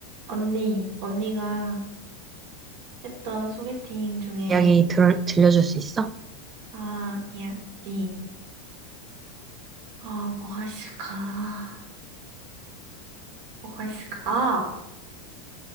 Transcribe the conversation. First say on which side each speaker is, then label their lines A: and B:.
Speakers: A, on the right; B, on the right.
A: 언니, 언니가 했던 소개팅 중에,
B: 이야기 들, 들려줄 수 있어?
A: 아, 이야기. 아, 뭐가 있을까? 뭐가 있을까? 아,